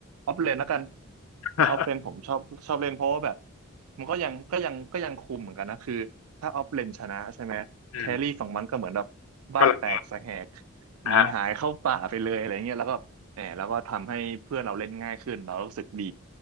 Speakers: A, on the right; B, on the left.
A: ออฟเลนแล้วกัน
B: <laughs>
A: ออฟเลนผมชอบชอบเล่นเพราะว่าแบบมันก็ยังก็ยังก็ยังคุมเหมือนกันนะคือถ้าออฟเลนชนะใช่ไหมแครี่ฝั่งมันก็เหมือนแบบบ้านแตกสะแหก
B: อืมก็เลยนะฮะ
A: หนีหายเข้าป่าไปเลยอะไรเงี้ยแล้วก็แหมแล้วก็ทำให้เพื่อนเราเล่นง่ายขึ้นเรารู้สึกดี